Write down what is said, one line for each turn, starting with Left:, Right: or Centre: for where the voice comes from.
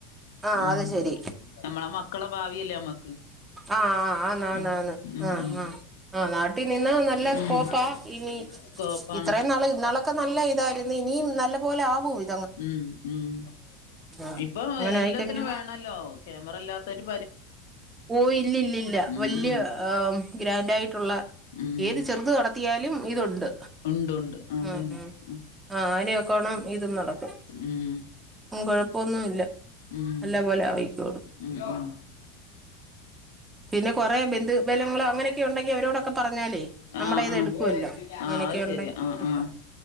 Right: ആ
Left: ഉം
Right: അത് ശരി
Left: നമ്മളെ മക്കളെ ഭാവിയല്ലേ നമ്മക്ക്.
Right: ആഹ് ആഹ് ആന്ന് ആന്ന്
Left: ഉം
Right: ആന്ന്
Left: ഉം
Right: ആഹ്
Left: ഉം
Right: ആഹ് ആഹ് നാട്ടി നിന്നാ നല്ല സ്കോപ്പായിനി
Left: ഉം സ്കോപ്പാണ്
Right: ഇത്രേയും നാള് ഇന്നാളെക്കെ നല്ലിതാരുന്നു. ഇനിയും നല്ല പോലെയാവുവോയി
Left: ഉം ഉം
Right: ഉം
Left: ഇപ്പൊ
Right: അങ്ങനെ
Left: എല്ലാത്തിനും
Right: ആയിക്കഴിഞ്ഞാ
Left: വേണോല്ലോ ക്യാമറില്ലാത്തൊരു
Right: ഓ ഇല്ലില്ലില്ല.
Left: ഉം
Right: വെല്യ
Left: ഉം
Right: ഗ്രാൻഡായിട്ടുള്ള
Left: ഉം
Right: ഏത് ചെറുത് നടത്തിയാലും ഇതൊണ്ട്.
Left: ഉണ്ട് ഉണ്ട് അതന്നെ
Right: ആഹ് ആഹ്
Left: ഉം
Right: ആ അയ കാണം ഇതും നടക്കും
Left: ഉം
Right: ഉം കൊഴപ്പൊന്നൂല്ല
Left: ഉം
Right: നല്ല പോലെ ആവിക്കിടും
Left: ഉം ഉം
Right: പിന്നെ കൊറേ ബിന്ദ് വെല ങ്ങളോ അങ്ങനൊക്കെ ഉണ്ടെങ്കി അവരോടൊക്കെ പറ ഞ്ഞാലേ നമ്മുടേത്
Left: ആഹ് ആഹ്
Right: എടുക്കുവല്ലോ അങ്ങനെയൊക്കെയുണ്ടേ
Left: ആഹ് അത് ശരി ആഹ്
Right: എടുക്കാ.
Left: ആഹ്